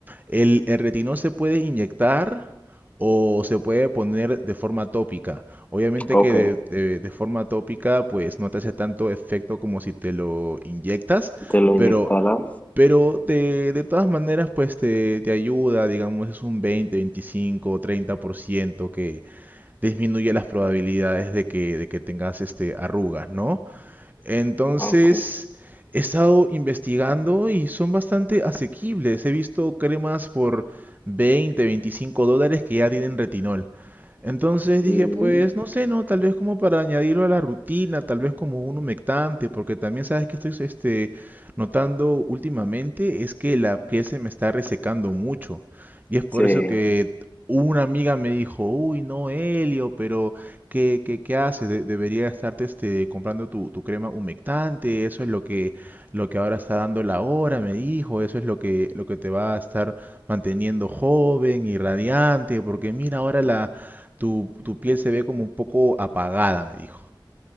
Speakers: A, on the right; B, on the left.
A: el, el retinol se puede inyectar o se puede poner de forma tópica. Obviamente
B: ok.
A: que de, de- de forma tópica pues no te hace tanto efecto como si te lo inyectas,
B: Si te lo inyectaras.
A: pero, pero de, de todas maneras pues te, te ayuda, digamos es un 20, 25, 30% que disminuye las probabilidades de que, de que tengas este, arrugas, ¿no? Entonces,
B: Ok.
A: he estado investigando y son bastante asequibles. He visto cremas por 20, 25 dólares que ya tienen retinol. Entonces dije,
B: Mm,
A: pues no sé, no, tal vez como para añadirlo a la rutina, tal vez como un humectante, porque también sabes que estoy este, notando últimamente es que la piel se me está resecando mucho. Y es por
B: sí,
A: eso que una amiga me dijo, uy, no, Helio, pero ¿qué, qué, qué haces? De- debería estarte este, comprando tu, tu crema humectante, eso es lo que, lo que ahora está dando la hora, me dijo, eso es lo que, lo que te va a estar manteniendo joven y radiante, porque mira ahora la tu, tu piel se ve como un poco apagada, me dijo.